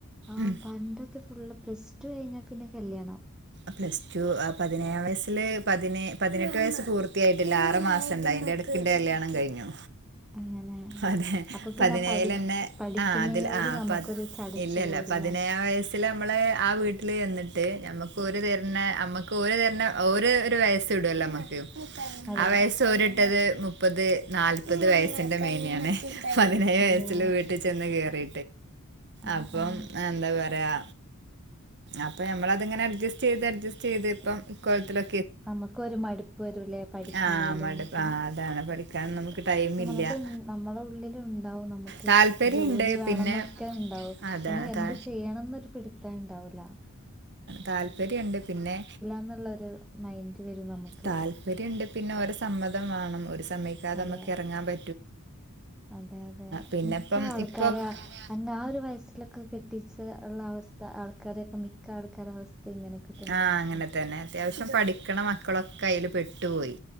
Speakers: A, in the centre; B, on the right.
A: ആ
B: ഉം
A: പണ്ടൊക്കെ ഫുള്ള് പ്ലസ് ടു കഴിഞ്ഞ പിന്നെ കല്യാണം
B: പ്ലസ്റ്റു പതിനേഴാം വയസില് പതിനേ പതിനെട്ട് വയസ്സ് പൂർത്തിയായിട്ടില്ല ആറ് മാസം ഇണ്ട് അതിന്റെ ഇടക്കിന്റെ കല്യാണം കഴിഞ്ഞു
A: അങ്ങനെ
B: അതെ
A: അപ്പൊ പിന്നെ
B: പതിനേഴിൽ
A: പഠി
B: തന്നെ
A: പഠിക്കുന്നതിനോട്
B: ആ അതിൽ ആ
A: നമുക്കൊരു
B: പ
A: ചടച്ചു
B: ഇല്ലല്ല
A: പോവുല്ലേ
B: പതിനേഴാം വയസ് ൽ നമ്മള് ആ വീട്ടില് ചെന്നിട്ട് നമ്മുക്ക് ഓര് തരണ നമ്മക്ക് ഓര് തരണ ഓരോ ഒരു വയസ് ഇടല്ലോ നമ്മക്ക്
A: അതെ
B: ആ വയസ്സോരിട്ടത് മുപ്പത് നാല്പത് വയസ് ന്റെ കഴിഞ്ഞയാന്നെ പതിനേഴു
A: അതെ
B: വയസ്സില് വീട്ടി ചെന്ന് കേറി
A: ആഹ്
B: അപ്പം
A: ആഹ്
B: എന്താ പറയാ അപ്പം ഞമ്മളത്ങ്ങനെ അഡ്ജസ്റ്റ് ചെയ്ത് അഡ്ജസ്റ്റ് ചെയ്ത് ഇപ്പം ഇക്കോലത്തിലെ
A: നമുക്ക് ഒരു മടുപ്പ് വരൂല്ലേ പഠിക്കുന്നതിലും
B: ആ മടുപ്പ്
A: ഒക്കെ
B: ആ അതാണ് പഠിക്കാൻ നമുക്ക്
A: പക്ഷെ
B: ടൈമില്ല
A: നമുക്ക് നമ്മുടെ ഉള്ളിൽ ഉണ്ടാവും നമുക്ക്
B: താല്പര്യണ്ട്
A: ജോലി വേണം
B: പിന്നെ
A: എന്നൊക്കെ ഉണ്ടാവും പക്ഷെ
B: അതാണ്
A: നമുക്ക് എന്ത്
B: താ
A: ചെയ്യണംന്ന് പിടുത്തം ഇണ്ടാവൂല
B: താല്പര്യം ഇണ്ട് പിന്നെ
A: എന്നുള്ളൊരു മൈൻഡ് വരും നമുക്ക്
B: താല്പര്യം ഇണ്ട് പിന്നെ ഓരെ സമ്മതം വാണം ഓര് സമ്മയ് അല്ലാതെ
A: അതെ
B: നമുക്ക് എറങ്ങാൻ പ
A: അതെ അതെ
B: പിന്നെപ്പം
A: മിക്ക ആൾക്കാരെ
B: ഇപ്പൊ ഉം
A: എന്നെ ആ ഒരു വയസ്സിലൊക്കെ കെട്ടിച്ച് ഉള്ള അവസ്ഥ ആൾക്കാരക്ക മിക്ക ആൾക്കാര അവസ്ഥ ഇങ്ങനെയൊക്കെ തന്നെ
B: ആ
A: ആയിരിക്കും
B: അങ്ങനെ തന്നെ അത്യാവശ്യം പഠിക്കണ മക്കളൊക്കെ അയില് പെട്ടുപോയി